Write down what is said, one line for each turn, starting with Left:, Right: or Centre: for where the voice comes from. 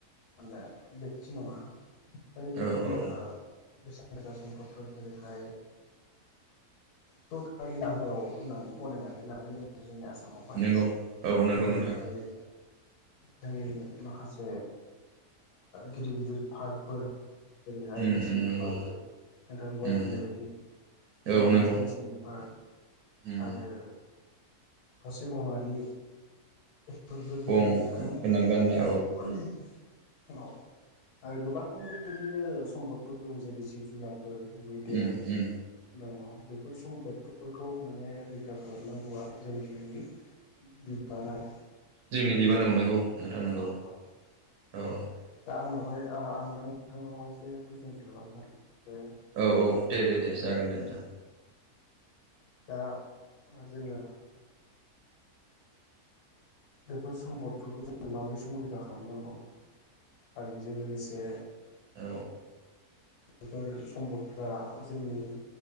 Left: माने बेक्ति नङा ओरैबायदि
Right: औ औ औ
Left: बेसेन गोसा सम्पदफोर जेरैहाय सरकनि आन्दाराव होननानै गनायनानै लानाय जायो जोंनि आसाम आसामावहाय
Right: नंगौ औ
Left: बेफोर
Right: नंगौ
Left: जाहैबाय
Right: नोंथां
Left: जोंनि माखासे गिदिर गिदिर फार्कफोर जेरैहाय
Right: उम
Left: नेसनेल
Right: उम नंगौ
Left: पार्क नोंथांनि बहाय
Right: उम
Left: बुंनाय बायदि
Right: औ
Left: मानास
Right: नंगौ
Left: नेसनेल पार्क
Right: उम
Left: आरो थसे गङारि फोरबो गोग्लैयो
Right: गं
Left: आरो
Right: गोनां गान्दा
Left: औ औ आरो गोबां बेबायदिनो सम्पदफोर दं जेरै जिब जुनार फोर मैदेर
Right: उम उम
Left: दङ बेफोर सम्पदफोरखौ माने रैखा खालामनांगौआ जों जोंनि बिबान आरो
Right: जोंनि बिबान नाव नंगौ नोंथां नंगौ
Left: औ औ
Right: औ
Left: नोंथां दा आंनावहाय आं दा नोंथांनाव एसे कुइसन स़ खालामनो सानदों जे
Right: औ औ दे दे दे जागोन दे नोंथां
Left: दा जोङो बेफोर सम्पदफोरखौ जोङो माबोरै सरैखा खालामनांगौ आरो बेजों लोगोसे
Right: औ
Left: बेफोर सम्पदफ्रा जोंनि